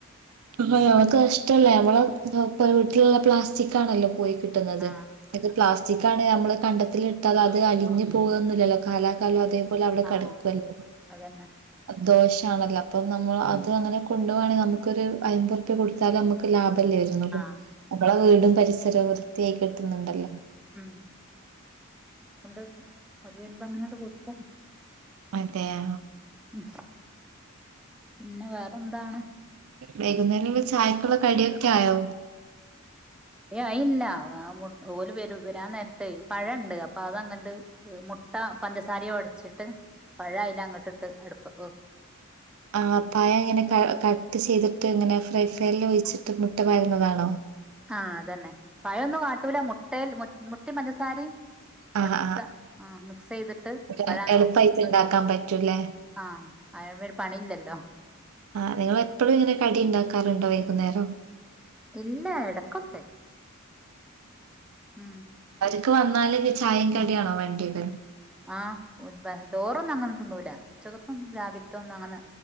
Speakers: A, on the right (about 75°); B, in the centre.
A: അ അവക്ക് കഷ്ടല്ലേ അവള വീട്ടിലുള്ള പ്ലാസ്റ്റിക് ആണല്ലോ പോയി കിട്ടുന്നത്
B: ആഹ്
A: ഇത് പ്ലാസ് ഉച്ചിക്കാണ് നമ്മള് കണ്ടത്തിലിട്ട അത് അലിഞ്ഞ് പോകൊന്നുല്ലല്ലോ കാലാകാലം അതേപോലെ അവിടെ കിടക്കുവല്ലേ
B: ആഹ് അതന്നെ
A: ദോഷമാണല്ലോ അപ്പം നമ്മൾ അത് അങ്ങനെ കൊണ്ടണ നമക്ക് ഒരു അയിമ്പത് റുപ്പിക കൊടുത്താലും നമുക്ക് ലാഭ <unintelligible>
B: ആഹ്
A: പരിസരം വൃത്തിയായി കിട്ടുന്നുണ്ടല്ലോ
B: ഉം എണ്ട് അത് വരുമ്പ അങ്ങനോട്ട് കൊടുക്ക
A: അതയാ
B: ഉ പിന്നെ വേറെന്താണ്
A: വൈകുന്നേ ചായക്കുള്ള കടിയൊക്കെ ആയോ
B: യ ഇല്ല ആ ഓല് വര വരാൻ നേരത്തെേ പഴുണ്ട് അതങ്ങട്ട് മുട്ട പഞ്ചസാരയോ അടിച്ചിട്ട് പഴ അല്ല അങ്ങട്ട് അടുപ്പ്
A: ആ പായം എങ്ങനെ ക ട്ട് ചെയ്തിട്ട് എങ്ങനെ ഫ്രൈ ഫാനിൽ ഒഴിച്ചിട്ട് മുട്ട വരുന്നതാണോ
B: ആഹ അതന്നെ പഴമൊന്നും കാട്ടൂല മുട്ടൽ മുട്ടി പഞ്ചസാരയും
A: ആ
B: ഒടത്ത
A: ആ
B: ആ മിക്സ് ചെയ്തിട്ട്
A: ഒരു
B: പഴങ്ങ
A: എളുപ്പായിട്ട് ഇണ്ടാക്കാൻ പറ്റൂല്ലേ?
B: ആഹ അയാേ ഒരു പണിയില്ലല്ലോ
A: ആ നിങ്ങ എപ്പോഴും ഇങ്ങനെ കടി ഉണ്ടാക്കാറുണ്ടോ വൈകുന്നേരം
B: എല്ലാ ഇടക്കൊക്കെ ഉം
A: ക്ക് വന്നല്ത് ചായയും കടിയാണോ വേണ്ടിയത്
B: ആഹ തോറന്ന അങ്ങനെ ന്നൂല്ല ചെലപ്പം രാവിലത്തെ ഒന്നും അങ്ങനെ